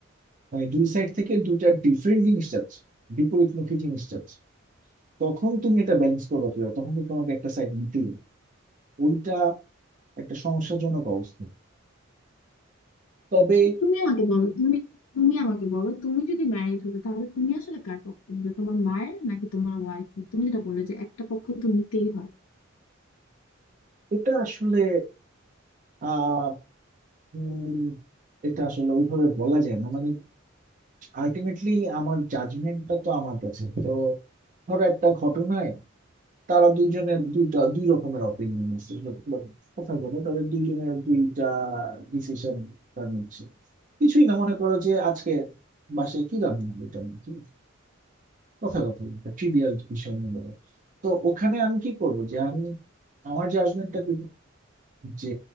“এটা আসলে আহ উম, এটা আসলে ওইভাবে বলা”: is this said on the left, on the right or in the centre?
Right